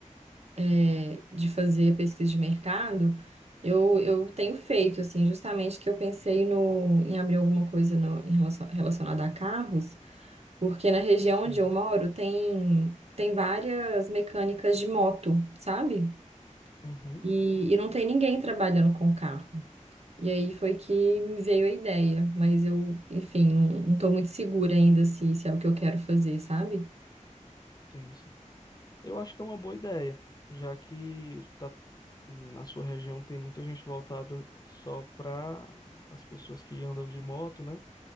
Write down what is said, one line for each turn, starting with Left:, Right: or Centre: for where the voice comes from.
Right: é, de fazer pesquisa de mercado, eu, eu tenho feito, assim, justamente que eu pensei no, em abrir alguma coisa no, em relação, relacionada a carros. Porque na região
Left: Sim.
Right: onde eu moro tem, tem várias mecânicas de moto, sabe?
Left: Uhum.
Right: E, e não tem ninguém trabalhando com carro. E aí foi que me veio a ideia, mas eu, enfim, não, não tô muito segura ainda se, se é o que eu quero fazer, sabe?
Left: Sim, sim. Eu acho que é uma boa ideia, já que tá, na sua região tem muita gente voltada só para as pessoas que andam de moto, né?